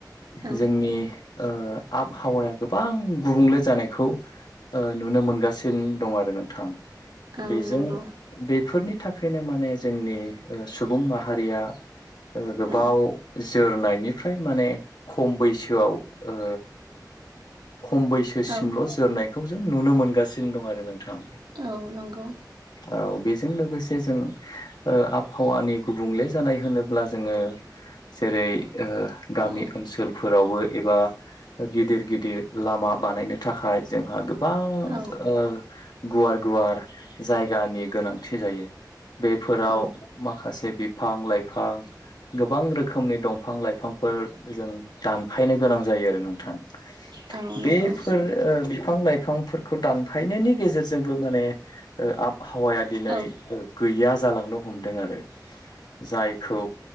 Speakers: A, on the right (about 85°); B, on the left (about 70°).
A: औ
B: जोंनि ओ आबहावाया गोबां गुबुंले जानायखौ ओ नुनो मोनगासिनो दं आरो नोंथां।
A: औ
B: बेजों
A: नंगौ
B: बेफोरनि थाखायनो माने जोंनि ओ सुबुं माहारिया ओ गोबाव
A: औ
B: जोरनायनिफ्राय माने खम बैसोआव ओ खम बैसोसिमल'
A: औ
B: जोरनायखौ जों नुनो मोनगासिनो दं आरो नों थां
A: औ नंगौ
B: औ बेजों लोगोसे जों ओ आबहावानि गुबुंले जानाय होनोब्ला जोङो जेरै ओ गामि
A: औ
B: ओनसोलफोरावबो एबा गिदिर गिदिर लामा बानायनो थाखाय जोंहा गोब गोबां
A: औ
B: ओ गुवार गुवार जायगानि गोनांथि जायो बे फोराव
A: औ
B: माखासे बिफां लाइफां गोबां रोखोमनि दंफां लाइफांफोर जों दानफायनो गोनां जायो आरो नोंथां।
A: औ
B: बेफोर
A: नंगौ
B: ओ बिफां लाइफांफोर खौ दानफायनायनि गेजेरजोंबो माने ओ आबहावाया दिनै
A: औ
B: गैया जालांनो हमदों आरो जायखौ